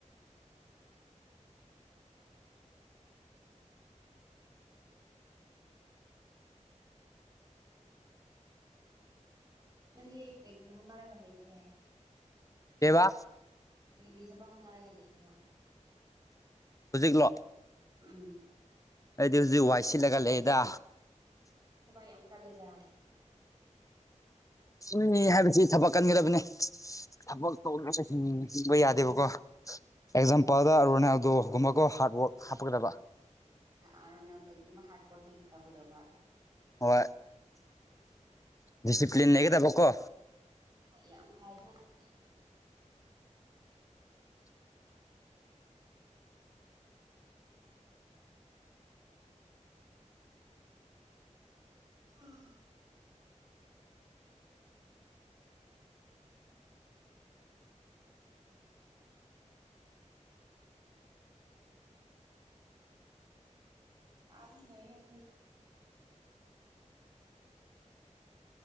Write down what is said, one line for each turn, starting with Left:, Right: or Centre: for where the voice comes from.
Right: <inaudible> ꯅꯪꯗꯤ ꯀ꯭ꯔꯦꯒ ꯍꯨꯟꯅꯔꯦꯗ ꯂꯩꯒꯦꯦ
Left: ꯀꯕ
Right: ꯀꯔꯤ ꯀ꯭ꯔꯤ ꯁꯐꯕ ꯅꯅꯥꯔꯒ ꯂꯩꯗꯅ
Left: ꯍꯧꯖꯤꯛꯂꯣ
Right: ꯎꯝ
Left: ꯑꯩꯗꯤ ꯍꯧꯖꯤꯛ ꯋꯥꯏ ꯁꯤꯜꯂꯒ ꯂꯩꯗ
Right: ꯇꯚ ꯌꯥꯝ ꯀ ꯂꯩꯗ
Left: ꯎꯅꯤ ꯍꯥꯏꯕꯁꯤ ꯊꯕꯛ ꯀꯟ ꯒꯗꯕꯅꯦ ꯊꯕꯛ ꯇ ꯍꯤꯡꯕ ꯌꯥꯗꯦꯕꯀꯣ ꯑꯦꯛꯖꯥꯝꯄꯜꯗ
Right: ꯎꯝ
Left: ꯑꯔꯣꯅꯦꯗꯣꯒꯨꯝꯕꯒ ꯍꯥꯔꯗ ꯋꯥꯔꯛ ꯍꯥꯞꯄꯒꯗꯕ
Right: ꯑꯔ ꯑꯗꯨꯒꯨꯝ ꯍꯔ ꯋꯥꯔꯀꯤ ꯇꯒꯗꯕ
Left: ꯍꯣꯏ ꯗꯤꯁꯤꯄ꯭ꯂꯤꯟ ꯅꯒꯦꯗ ꯂ ꯀꯣ
Right: ꯑ ꯌꯥꯝ ꯐꯥꯏꯅ ꯑꯗꯨꯅꯦ ꯎꯡ ꯆꯕ ꯃꯔ ꯐ ꯇ